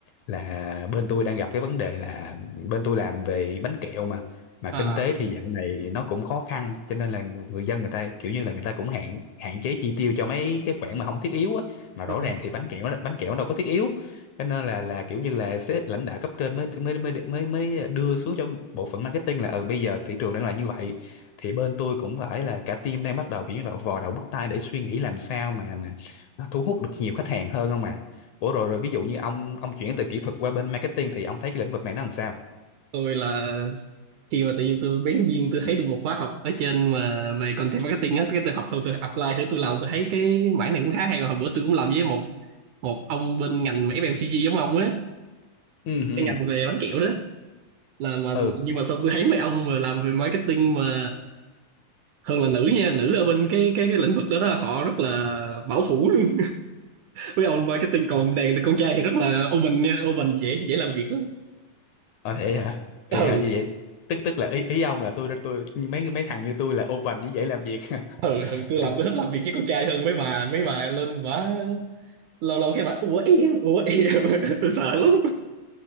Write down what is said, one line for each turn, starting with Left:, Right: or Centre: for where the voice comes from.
Left: là bên tôi đang gặp cái vấn đề là bên tôi làm về bánh kẹo mà mà
Right: à
Left: kinh tế thì dạo này nó cũng khó khăn cho nên là người dân người ta kiểu như là người ta cũng hạn hạn chế chi tiêu cho mấy cái khoản mà không thiết yếu á mà rõ
Right: ừ.
Left: ràng thì bánh kẹo nó bánh kẹo nó đâu có thiết yếu cho nên là là kiểu như là sếp lãnh đạo cấp trên mới mới mới mới mới đưa xuống cho bộ phận marketing là ừ bây giờ thị trường đang là như vậy thì bên tôi cũng phải là cả team đang bắt đầu kiểu như là vò đầu bứt tai để suy nghĩ làm sao mà mà nó thu hút được nhiều khách hàng hơn không à. Ủa rồi rồi ví dụ như ông ông chuyển từ kỹ thuật qua bên marketing thì ông thấy cái lĩnh vực này nó làm sao?
Right: tôi là khi mà tự nhiên tôi bén duyên tôi thấy được một khóa học ở trên mà về content marketing á cái tôi học xong tôi apply thử tôi làm tôi thấy cái mảng này cũng khá hay mà hồi bữa tôi cũng làm với một một ông bên ngành mà FMCG giống ông á
Left: Ừ ừ
Right: cái ngành về bánh kẹo đó là mà
Left: ừ
Right: mà- nhưng mà sao tôi thấy mấy ông mà làm về marketing mà hơn là nữ nha nữ ở bên cái cái, cái lĩnh vực đó đó họ rất là bảo thủ luôn <laughs> mấy ông marketing còn đàn con trai thì rất là open nha open dễ dễ làm việc lắm
Left: ờ vậy hả? Vậy
Right: ừ
Left: hả như vậy tức tức là ý ý ông là tôi tôi mấy mấy thằng như tôi là open như vậy làm việc <laughs>
Right: ừ ừ, tôi
Left: thì
Right: làm tôi thích làm việc với con trai hơn mấy bà mấy bà lên bả lâu lâu cái bả ủa em ủa em <laughs> tôi sợ lắm